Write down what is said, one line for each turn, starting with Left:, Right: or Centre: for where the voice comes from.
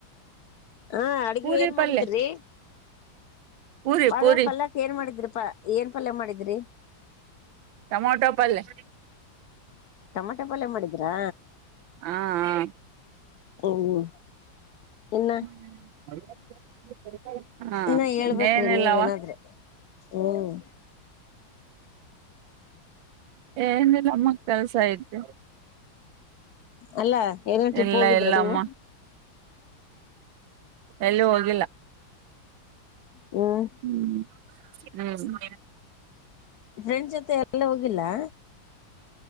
Left: ಹಾ ಅಡ್ಗೆ
Right: ಪೂರಿ
Left: ಏನ್
Right: ಪಲ್ಯ
Left: ಮಾಡಿದ್ರಿ
Right: ಪೂರಿ
Left: ಅದೇ
Right: ಪೂರಿ
Left: ಪಲ್ಯ. ಏನ್ ಮಾಡಿದ್ರಿಪಾ ಏನ್ ಪಲ್ಯ ಮಾಡಿದ್ರಿ.
Right: ಟೊಮೊಟೊ ಪಲ್ಯ.
Left: ಟಮಾಟೆ ಪಲ್ಯ ಮಾಡಿದ್ರಾ
Right: ಹಾ ಹಾ.
Left: ಹ್ಮ್ ಇನ್ನ
Right: <unintelligible> ಹಾ
Left: ಇನ್ನ ಹೇಳ್ಬೇಕ್ರಿ
Right: ಇನ್ನೇನಿಲ್ಲವಾ
Left: ನೀವ್ ಇನ್ನ ಹ್ಮ್
Right: ಏನಿಲ್ಲ ನಮಗೆ ಕೆಲ್ಸ ಐತೆ.
Left: ಅಲ್ಲಾ ಎಲ್ಲೋ ಟ್ರಿಪ್
Right: ಇಲ್ಲ
Left: ಹೋಗಿದ್ರ
Right: ಇಲ್ಲಮ್ಮ
Left: ನೀವು.
Right: ಎಲ್ಲೂ ಹೋಗಿಲ್ಲ
Left: ಹ್ಮ್
Right: <unintelligible>
Left: ಫ್ರೆಂಡ್ಸ್ ಜೊತೆ ಎಲ್ಲು ಹೋಗಿಲ್ಲಾ